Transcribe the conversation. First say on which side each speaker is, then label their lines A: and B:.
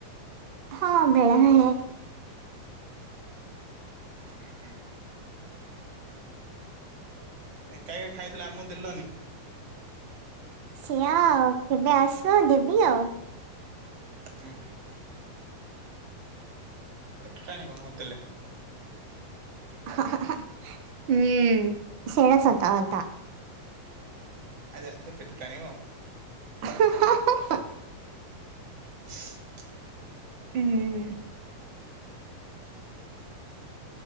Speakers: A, on the right; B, on the right.
A: ହଁ, ବେଳେବେଳେ।
B: ହୁଁ ହୁଁ! ଏକା ଏକା ଖାଇଦେଲ ଆମକୁ ଦେଲନି।
A: ସେଆ କେବେ ଆସ ଦେବି ଆଉ।
B: ହୁଁ ହୁଁ! ପେଟ ଟାଣିବ ନଦେଲେ।
A: ହା, ହା, ହା। ହୁଁ ସେଇଟା ସତ କଥା।
B: ଆଜି ରାତିରେ ପେଟ ଟାଣିବ ଆଉ।
A: <unintelligible>
B: <inaudible>
A: ହୁଁ!